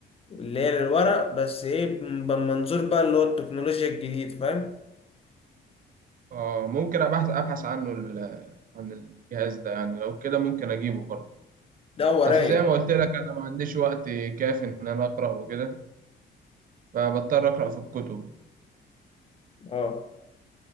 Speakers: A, on the left; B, on the right.
A: اللي هي للورق بس ايه بمنظور بقى اللي هو التكنولوجيا الجديد فاهم
B: اه ممكن ابحث ابحث عنه ال- عن الجهاز ده يعني لو كده ممكن اجيبه برضه
A: ده هو
B: بس
A: رايق
B: زي ما قلت لك انا ما عنديش وقت كافي ان انا اقرا وكده فبضطر اقرا في الكتب
A: اه